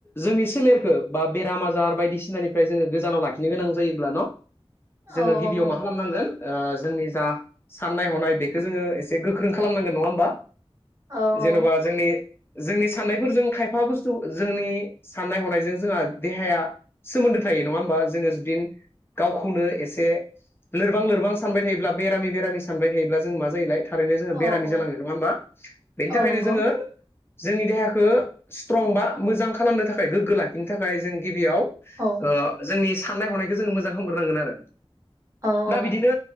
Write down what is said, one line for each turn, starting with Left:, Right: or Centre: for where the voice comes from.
Left: जोंनि सोलेरखौ बा बेराम आजार बायदिसिनानिफ्राय जोङो गोजानाव लाखिनो गोनां जायोब्ला न'। जोङो
Right: औ
Left: गिबियाव
Right: औ औ
Left: मा खालामनांगोन। ओ जोंनि जा साननाय हनाय बेखौ जोङो एसे गोख्रों खालामनांगोन नङा होमबा।
Right: औ
Left: जेन'बा जोंनि जोंनि साननायफोरजों खायफा बुस्थु जोंनि साननाय हनायजों जोंहा देहाया सोमोन्दो थायो। नङा होनबा जोङो जुदि गावखौनो एसे लोरबां लोरबां सानबाय थायोब्ला बेरामि बेरामि सानबाय थायोब्ला जों मा जायोलाय थारैनो जोङो बेरामि
Right: औ औ
Left: जालाङो नङा होमबा बेनि थाखायनो
Right: औ नंगौ
Left: जोङो जोंनि देहाखौ स्ट्रं बा मोजां खालामनो थाखाय गोग्गो लाखिनो थाखाय जों गिबियाव ओ
Right: औ
Left: जोंनि साननाय हनायखौ जोङो मोजां खालामग्रोनांगोन आरो
Right: औ
Left: दा
Right: औ
Left: बिदिनो